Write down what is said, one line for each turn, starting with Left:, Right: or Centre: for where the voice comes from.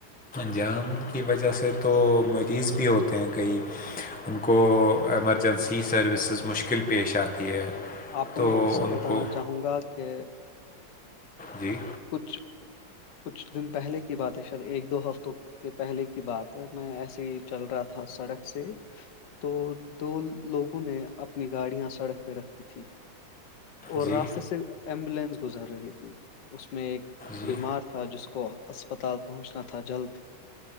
Centre: جام کی وجہ سے تو مریض بھی ہوتے ہیں کئی ان کو ایمرجنسی سروسز مشکل پیش آتی ہے
Left: آپ کو
Centre: تو
Left: میں قصہ
Centre: ان
Left: بتانا
Centre: کو
Left: چاہوں گا کہ
Centre: جی
Left: کچھ کچھ دن پہلے کی بات ہے سر ایک دو ہفتوں یہ پہلے کی بات ہے میں ایسے ہی چل رہا تھا سڑک سے تو دو لوگوں نے اپنی گاڑیاں سڑک پہ رکھی تھی اور
Centre: جی
Left: راستے سے ایمبولینس گزر رہی تھی اس میں ایک
Centre: جی
Left: بیمار تھا جس کو اسپتال پہنچنا تھا جلد